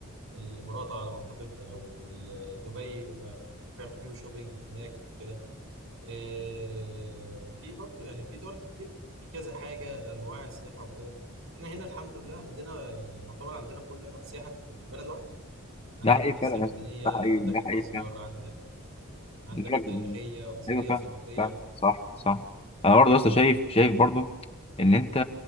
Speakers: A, on the right; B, on the left.
A: الامارات على ما اعتقد او ال- دبي بيعملوا شوبينج هناك وكده آه، في برضه يعني في دول كتير في كذا حاجة أنواع السياحة وكده احنا هنا الحمد لله عندنا يعني يعتبر عندنا كل أنواع السياحة في في بلد واحدة عندك
B: ده حقيقي
A: السياحة
B: فعلا يا
A: الدينية
B: اسطى، ده حقيقي
A: عندك
B: ده حقيقي
A: الأزهر عندك عندك
B: بقولك-
A: تاريخية وأثرية
B: ايوه فاهم
A: وثقافية
B: فاهم صح صح انا برضه لسه شايف شايف برضه ان انت